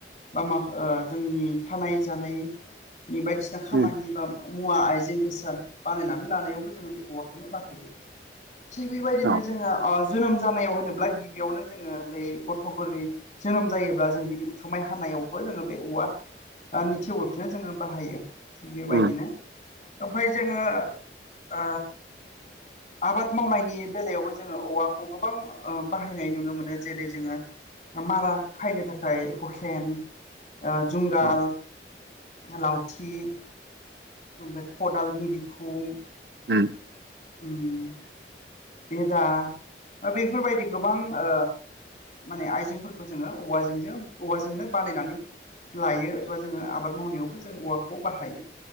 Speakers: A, on the left; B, on the right.
A: बा मा ओ जोंनि थानाय जानाय नि बायदिसिना खामानि
B: उम
A: बा मुवा आइजें बेसाद बानायनानै लानायावबो जोङो बे औवाखोनो बाहायो थिग बेबायदिनो
B: औ
A: जोङो ओ जोनोम जानायाव होनोब्ला गिबियावनो जोङो बै गथ' गोरलै जोनोम जायोब्ला जों बिनि उथुमाय हानायावबो जोङो बे औवा नि थेवोलखौनो जोङो बाहायो थिग बेबायदिनो
B: उम
A: ओमफाय जोङो ओ आबाद मावनायनि बेलायावबो जोङो औवाखौ गोबां ओ बाहायनाय नुनो मोनो जेरै जोङो ओ मारा खायनो थाखाय हुखेन, ओ जुंगाल
B: औ
A: लावथि ओमफ्राय खदालनि बिखुं
B: उम
A: उम। बेदा ओ बेफोर बायदि गोबां ओ माने आयजेंफोरखौ जोङो औवाजोंजों औवाजोंनो बानायनानै लायो एबा जोङो आबाद मावनायावबो जों औवाखौ बाहायो।